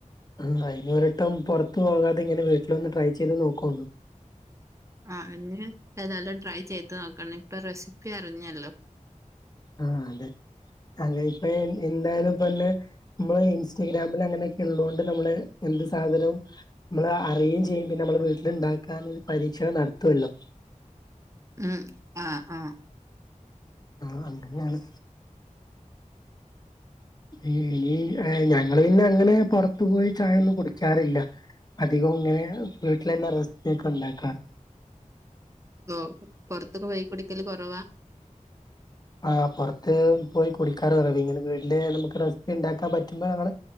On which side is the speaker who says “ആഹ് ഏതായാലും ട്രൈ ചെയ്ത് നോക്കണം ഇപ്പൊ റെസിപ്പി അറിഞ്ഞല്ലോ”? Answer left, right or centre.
Right